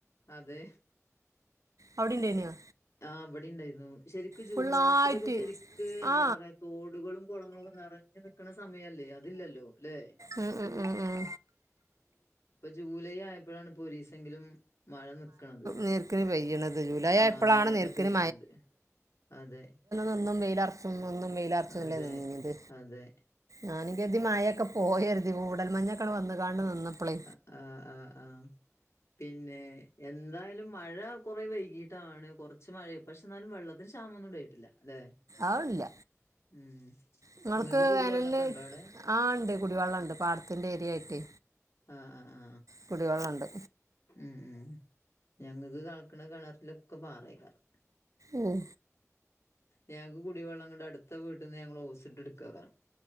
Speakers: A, on the left; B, on the right.
A: അതെ
B: അവിടെ ഇണ്ടേനോ
A: ആ ഇവടിം ഇണ്ടായിരുന്നു ശരിക്ക് ജൂൺ
B: ഫുള്ളായിട്ട്
A: മാസ്ത്തിലൊക്ക ശരിക്ക് എന്താ
B: ആ
A: പറയാ തോടുകളും കൊളങ്ങളൊക്ക നറഞ്ഞ് നിക്ക്ണ സമയല്ലേ അതില്ലല്ലോ ല്ലെ
B: ഉം ഉം ഉം ഉം.
A: ഇപ്പൊ ജൂലൈ ആയപ്പഴാണ് ഇപ്പൊ ഒരീസങ്കിലും മഴ നിക്ക്ണത്
B: നേർക്കിന് പെയ്യണത് ജൂലൈ
A: ആ
B: ആയപ്പോഴാണ്
A: നേരെ
B: നേർക്കിന്
A: പെയ്യ്ണത് അതെ
B: വന്നും വെയിലർച്ചും വന്നും വെയിലർച്ചും
A: അതെ
B: ല്ലെ നിന്നീനിയത്
A: അതെ
B: ഞാനും കര്തി മഴ ഒക്ക പോയര്തി മൂടൽ മഞ് ഒക്ക അങ്ങട്ട് വന്ന്കാണ്ട് നിന്നപ്പളെ
A: ആ ആ ആ പിന്നെ എന്തായാലും മഴ കോറെ വൈകീട്ടാണ് കൊർച്ച് മഴ പക്ഷെ ന്നാലും വെള്ളത്തിന് ക്ഷാമൊന്നും ഇണ്ടായിട്ടില്ല ലെ
B: അതില്ല
A: ഉം
B: നിങ്ങൾക്ക്
A: ഇങ്ങക്ക് കുടിവെള്ളക്ക
B: വേനലിന്
A: ഇണ്ടോ അവ്ടെ
B: ആ ഇണ്ട് കുടിവെള്ള ഇണ്ട് പാട്ത്തിന്റെ ഏരിയ ആയിട്ട്
A: ആ ആ ആ
B: കുടി വെള്ളണ്ട്
A: ഉം ഉം ഞങ്ങക്ക് കൾക്ക്ണ കെണർലൊക്ക പാറേയ്ക്കാരം
B: ഉം
A: ഞങ്ങക്ക് കുടി വെള്ളം ന്നട്ട് അടുത്ത വീട്ട്ന്ന് ഞങ്ങള് ഓസ് ഇട്ട് എട്ക്കാരാണ്